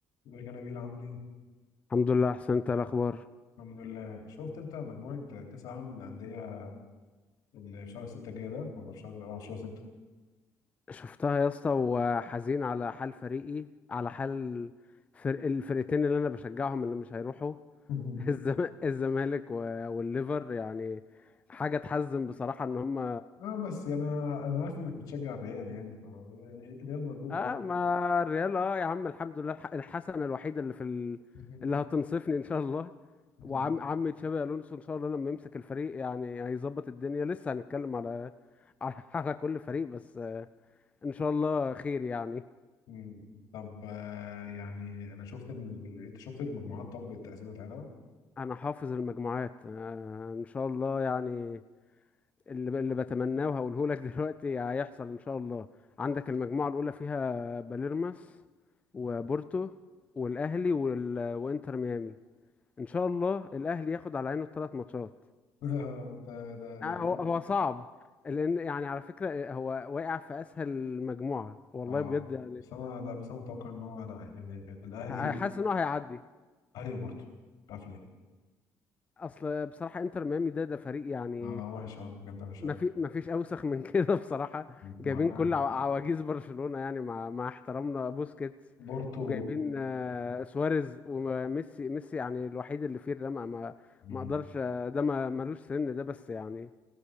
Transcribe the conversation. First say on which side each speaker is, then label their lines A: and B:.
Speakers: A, on the left; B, on the left.
A: ازيك يا نبيل عامل ايه؟
B: الحمد لله احسن انت إيه الاخبار
A: الحمد لله شفت انت مجموعة كأس العالم للأندية اللي في شهر ستة الجاي ده ولا في شهر اه شهر ستة
B: شفتها يا اسطى وحزين على حال فريقي على حال فرق الفرقتين اللي انا بشجعهم اللي مش هيروحوا
A: مهم.
B: <laughs> الزم... الزمالك و... والليفر يعني حاجه تحزن بصراحه ان هم
A: <laughs> اه بس يعني انا أنا عارف انك بتشجع الريال يعني ف يعني الريال موجود
B: اه
A: برضه
B: ما الريال اه يا عم الحمد لله الح... الحسنه الوحيده اللي في ال...
A: مهم.
B: اللي هتنصفني ان شاء الله
A: مهم.
B: وعم عم تشابي الونسو ان شاء الله لما يمسك الفريق يعني هيظبط الدنيا لسه هنتكلم على <laughs> على على كل فريق بس آه، ان شاء الله خير يعني
A: مم. طب آه، يعني انا شفت الم... انت شفت المجموعات طب التقسيمة بتاعتها
B: انا حافظ المجموعات آه، ان شاء الله يعني اللي اللي بتمناه وهقوله لك <laughs> دلوقتي هيحصل ان شاء الله عندك المجموعه الاولى فيها باليرماس وبورتو والاهلي وال... وانتر ميامي ان شاء الله الاهلي ياخد على عينه الثلاث ماتشات
A: <laughs> ده ده
B: يعني
A: ده كده
B: هو هو صعب لان يعني على فكره آه، هو واقع في اسهل مجموعه والله
A: اه
B: بجد يعني
A: بس انا لا بس انا متوقع ان هو لا يعني الاهلي
B: ح- حاسس ان هو هيعدي
A: اهلي وبورتو مش عارف ليه
B: اصل بصراحه انتر ميامي ده ده فريق يعني
A: اه وحش قوي بجد وحش
B: ما في ما فيش اوسخ من <laughs> كده بصراحه جايبين
A: قوي
B: كل عو- عواجيز برشلونه يعني مع مع احترامنا بوسكيتس
A: بورتو
B: وجايبين آه، سواريز وميسي ميسي يعني الوحيد اللي فيه الرمق ما
A: مم.
B: ما اقدرش آه، ده ما ملوش سن ده بس يعني